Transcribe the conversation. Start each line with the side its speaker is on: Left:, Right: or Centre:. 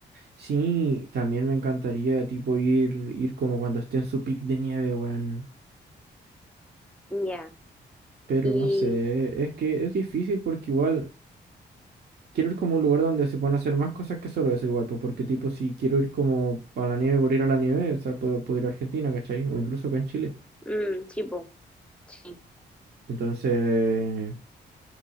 Right: Sí, también me encantaría tipo ir, ir como cuando esté en su pic de nieve, weón.
Centre: Ya.
Right: Pero
Centre: Y,
Right: no sé, es que es difícil porque igual. quiero ir como a un lugar donde se puedan hacer más cosas que solo eso igual, pues porque tipo si quiero ir como a la nieve por ir a la nieve, o sea, puedo, puedo ir a Argentina, ¿cachai? O incluso acá en Chile.
Centre: mm, sí, po, sí.
Right: Entonces,